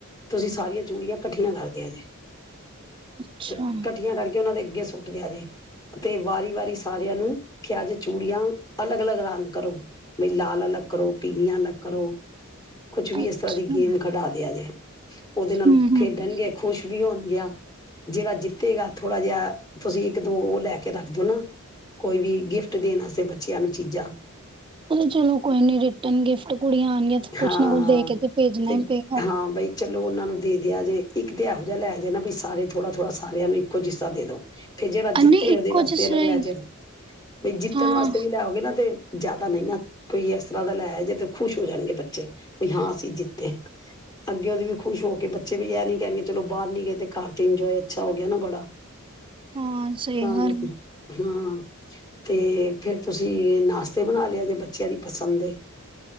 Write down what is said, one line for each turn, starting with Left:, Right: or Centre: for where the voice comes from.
Left: ਤੁਸੀਂ ਸਾਰੀਆਂ ਚੂੜੀਆਂ ਇਕੱਠੀਆਂ ਕਰ ਦੀਆਂ ਜੇ
Right: ਅੱਛਾ,
Left: ਤੇ ਇਕੱਠੀਆਂ ਕਰਕੇ ਉਹਨਾਂ ਦੇ ਅੱਗੇ ਸੁੱਟਦੇ ਆ ਜੇ ਤੇ ਵਾਰੀ- ਵਾਰੀ ਸਾਰਿਆਂ ਨੂੰ ਕਿਹਾਜੇ ਚੂੜੀਆਂ ਅਲੱਗ- ਅਲੱਗ ਰੰਗ ਕਰੋ ਬਈ ਲਾਲ ਅਲੱਗ ਕਰੋ ਪੀਲੀਆਂ ਅਲੱਗ ਕਰੋ ਕੁਛ ਵੀ
Right: ਅੱਛਾ
Left: ਇਸ ਤਰ੍ਹਾਂ ਦੀ ਗੇਮ ਖਿਡਾ ਦਿਆ ਜੇ। ਉਹਦੇ
Right: ਹੂੰ,
Left: ਨਾਲ
Right: ਹੂੰ।
Left: ਖੇਡਣਗੇ ਖੁਸ਼ ਵੀ ਹੋਣ ਗਿਆ ਜਿਹੜਾ ਜਿੱਤੇਗਾ ਥੋੜਾ ਜਿਹਾ ਤੁਸੀਂ ਇੱਕ -ਦੋ ਉਹ ਲੈ ਕੇ ਰੱਖਦੋ ਨਾ, ਕੋਈ ਵੀ ਗਿਫਟ ਦੇਣਸੇ ਬੇ ਬੱਚਿਆਂ ਨੂੰ ਚੀਜ਼ਾਂ
Right: ਚਲੋ- ਚਲੋ ਕੋਈ ਨੀ ਰਿਟਰਨ ਗਿਫਟ ਕੁੜੀਆਂ ਆਣਗੀਆਂ ਤੇ ਕੁਛ
Left: ਹਾਂ
Right: ਨਾ ਕੁਛ ਦੇ ਕੇ ਭੇਜਣਾ
Left: ਤੇ
Right: ਹੀ ਪਏਗਾ।
Left: ਹਾਂ ਬਈ ਚਲੋ ਉਹਨਾਂ ਨੂੰ ਦੇ ਦਿਆ ਜੇ ਇੱਕ ਤੇ ਇਹੋ ਜਿਹਾ ਲੈ ਜਾਣਾ ਵੀ ਸਾਰੇ ਥੋੜਾ- ਥੋੜਾ ਸਾਰਿਆਂ ਨੂੰ ਜਿਸ ਤਰਾਂ ਦੇ ਦੋ ਫੇਰ ਜਿਹੜਾ ਜਿੱਤੇ
Right: ਨਹੀਂ ਇੱਕੋ
Left: ਉਹਦੇ ਵਾਸਤੇ
Right: ਜਿਸ
Left: ਅਲੱਗ
Right: ਤਰ੍ਹਾਂ ਹੀ
Left: ਲੈ ਜਾ ਬਈ ਜਿੱਤਣ
Right: ਹਾਂ,
Left: ਵਾਸਤੇ ਵੀ ਲੈਓਗੇ ਨਾ ਤੇ ਜ਼ਿਆਦਾ ਨਹੀਂ ਨਾ ਕੋਈ ਇਸ ਤਰ੍ਹਾਂ ਦਾ ਲੈ ਜੇ ਤੇ ਖੁਸ਼ ਹੋ ਜਾਣਗੇ। ਬੱਚੇ। ਵੀ ਹਾਂ ਅਸੀਂ ਜਿੱਤੇ, ਅੱਗੇ ਉਹਦੇ ਵੀ ਖੁਸ਼ ਹੋ ਕੇ ਬੱਚੇ ਵੀ ਇਹ ਨੀ ਕਹਿਣਗੇ ਚਲੋ ਬਾਹਰ ਨੀ ਗਏ ਤੇ ਘਰ ਤੇ ਇੰਜੋਏ ਅੱਛਾ ਹੋ ਗਿਆ ਨਾ ਬੜਾ।
Right: ਹਾਂ ਸਹੀ
Left: ਤਾਂ
Right: ਗੱਲ
Left: ਕਰ ਹਾਂ। ਤੇ ਫਿਰ ਤੁਸੀਂ ਨਾਸ਼ਤੇ ਬਣਾ ਲਿਆ ਜੇ ਬੱਚਿਆਂ ਦੀ ਪਸੰਦਦੇ।